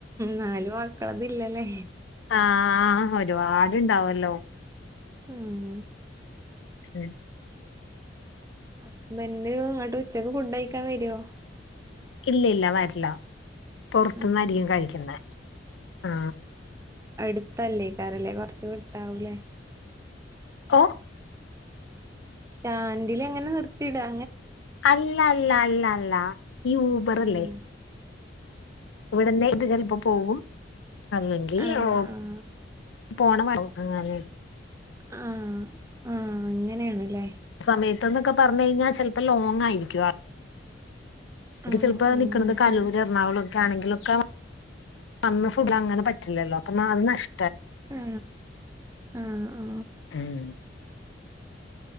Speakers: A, on the right; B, on the left.
A: നാല് മക്കളതില്ല ലേ
B: ആഹ് ഒരുപാടുണ്ടാവല്ലോ
A: മ്
B: <unintelligible>
A: ഹസ്ബൻഡ് ങ്ങട്ട് ഉച്ചക്ക് ഫുഡ് യി ക്കാൻ വരോ
B: ഇല്ല ല്ല വരില്ല പൊറത്ത്ന്നായിരിക്കും
A: ഉം
B: കഴിക്കുന്നെ ആ
A: അടുത്തല്ലേ കാരല്ലേ കൊറച്ച് വിട്ടാവൂലേ
B: ഓ
A: സ്റ്റാൻഡില് ങ്ങനെ നിർത്തിടാ
B: അല്ല ല്ല ല്ല ല്ല ഈ ഊബറ്ല്ലേ
A: ആഹ്
B: ഇവിട്ന്ന് ഇത് ചൽപ്പം പോക്കും അല്ലെങ്കി
A: ആഹ്
B: ഓ
A: ആഹ്
B: പോണ <inaudible> അങ്ങനെ ണ്
A: ആ ആ അങ്ങനെണ്ല്ലേ
B: സമയത്ത്ന്നൊക്കെ പറഞ്ഞ്കഴിഞ്ഞാ ചൽപ്പോ ലോങ്ങ് ആയിരിക്കും ഇത്
A: ആഹ്
B: ചലപ്പോ
A: ആഹ്
B: നിക്ക്ണത് കലൂര്
A: ശരി
B: എറണാകുളം ക്കാണെങ്കിലെ ക്കെ വന്ന് ഫുഡ് അങ്ങനെ പറ്റില്ലല്ലോ പ്പോ നാ നഷ്
A: ആ ആആ
B: ഉം